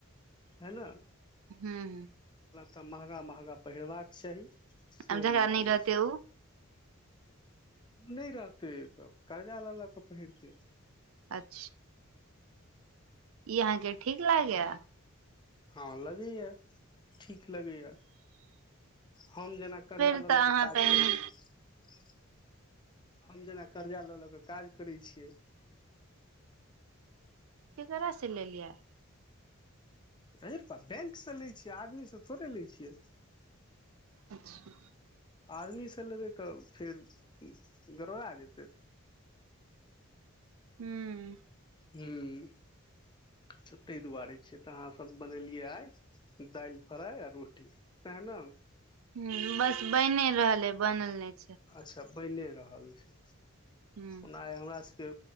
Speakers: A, on the left; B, on the right.
A: है ने।
B: <inaudible>
A: तऽ महगा महगा पहिरबाक चाही। से
B: अ झरा
A: हम मानै
B: नहि रहते ओ।
A: नहि रहतै तऽ कर्जा लऽ लऽ कऽ पहिरतै।
B: अच्छा। ई अहाँके ठीक लागैा।
A: हँलग ही य ठीक लगैए। हम जेना कर्जा
B: फेर
A: लऽ
B: तऽ
A: ले के
B: अहाँ
A: काज
B: पहिने
A: करैत छी। हम जेना कर्जा लऽ लऽ कऽ काज करै छियै।
B: की कर स लेललिया।
A: रुपा बैंकसँ लै छियै आदमीसँ थोड़े लै छियै
B: अच्छा
A: आदमीसँ लेबै तऽ फेर गड़बड़ा जेतै
B: हूँ
A: हूँ तऽ ताहि दुआरे छियै तऽ अहाँसभ बनेलियै आ दालि फ्राइ आ रोटी सह न
B: ह बस बनि रहल ह बनल नहि छै।
A: अच्छा। बैने रहल छै
B: हूँ
A: ओना आइ हमरा सब के